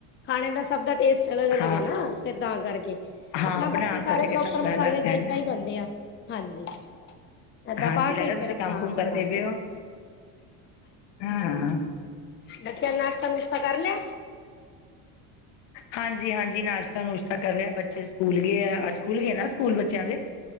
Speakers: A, on the left; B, on the left.
A: ਖਾਣੇ ਦਾ ਸਭ ਦਾ ਟੇਸਟ ਅਲੱਗ-ਅਲੱਗ
B: ਹਾਂ,
A: ਏ ਨਾ ਫੇਰ ਤਾਂ ਕਰਕੇ।
B: ਹਾਂ
A: ਅਪਣਾ
B: ਬਣਾਣ
A: ਬਾਕੀ ਸਾਰੇ
B: ਦਾ ਤਰੀਕਾ
A: ਪ੍ਰੋਪਰ
B: ਸਭ
A: ਮਸਾਲੇ
B: ਅਲੱਗ
A: ਦਾ
B: ਹੈਗਾ।
A: ਏਦਾਂ ਈ ਪਾਂਦੇ ਆ ਹਾਂਜੀ। ਏਦਾਂ
B: ਹਾਂਜੀ
A: ਪਾ ਕੇ
B: ਲੱਗਦਾ ਤੁਸੀਂ
A: ਫੇਰ ਅਪਣਾ
B: ਕੰਮ ਕੁਮ ਕਰਦੇ
A: ਬਣਾਦੋ।
B: ਪਏ ਹੋ ਹਾਂ।
A: ਬੱਚੇਆਂ ਨੇ ਨਾਸ਼ਤਾ-ਨੁਸ਼ਤਾ ਕਰ ਲੇਆ?
B: ਹਾਂਜੀ-ਹਾਂਜੀ ਨਾਸ਼ਤਾ-ਨੁਸ਼ਤਾ ਕਰ ਲੇਆ
A: ਅੱਛਾ
B: ਬੱਚੇਆ ਨੇ, ਸਕੂਲ ਗਏ ਆ ਅੱਜ ਖੁੱਲ ਗਏ ਨਾ ਸਕੂਲ ਬੱਚੇਆਂ ਦੇ।